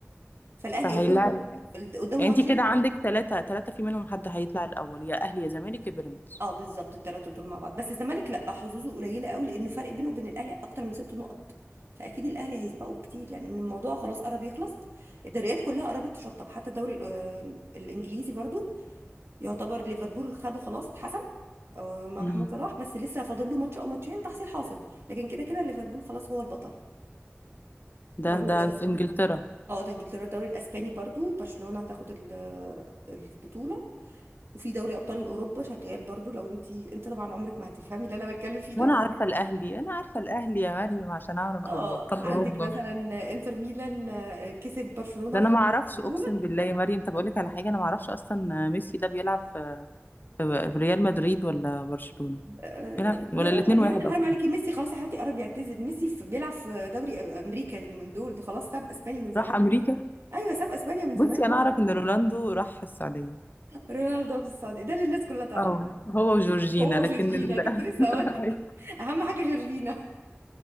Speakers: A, on the right; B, on the left.
A: فالاهلي
B: فهيلاعب
A: قدامه قدامه
B: يعني
A: ماتشين
B: انت كده عندك ثلاثة ثلاثة في منهم حد هيطلع الاول يا اهلي يا زمالك يا بيراميدز
A: اه بالظبط الثلاثه دول مع بعض بس الزمالك لا حظوظه قليله قوي لانه فرق بينه وبين الاهلي اكتر من ست نقط فاكيد الاهلي هيسبقه بكتير يعني ان الموضوع خلاص قرب يخلص الدوريات كلها قربت تشطب حتى الدوري ال- آه، الانجليزي برضو يعتبر ليفربول خده خلاص اتحسم آه، مع
B: مم.
A: محمد صلاح بس لسه فاضل له ماتش او ماتشين تحصيل حاصل لكن كده كده ليفربول خلاص هو البطل برضو
B: ده
A: الدوري
B: ده في انجلترا
A: اه ده انجلترا الدوري الاسباني برضو برشلونه هتاخد ال- آه، البطوله وفي دوري ابطال اوروبا شغال برضو لو انت انت طبعا عمرك ما هتفهمي اللي انا بتكلم فيه ده
B: وانا عارفه الاهلي انا عارفه الاهلي يا مريم عشان اعرف ابقى
A: اه
B: ابطال
A: عندك
B: اوروبا
A: مثلا انتر ميلان آه، كسب برشلونة
B: ده
A: وخد
B: انا ما اعرفش
A: البطولة
B: اقسم بالله يا مريم طب اقول لك على حاجه انا ما اعرفش اصلا ميسي ده بيلعب في في ريال مدريد ولا برشلونه
A: آه، يعني
B: بيلعب في-
A: يا
B: ولا
A: رنا
B: الاثنين
A: يا
B: واحد
A: رنا حرام
B: اصلا
A: عليكي ميسي خلاص يا حبيبتي قرب يعتزل ميسي في بيلعب في دوري أ- امريكا اليومين دول ده خلاص ساب اسبانيا من زمان
B: راح امريكا
A: ايوه ساب اسبانيا من
B: بصي
A: زمان
B: انا
A: هو
B: اعرف ان رونالدو راح السعوديه
A: رونالدو في السعودية ده اللي الناس كلها تعرف
B: اه هو وجورجينا
A: هو
B: لكن
A: جورجينا
B: ال...
A: كنت لسه اقول لك
B: <laughs>
A: اهم حاجة جورجينا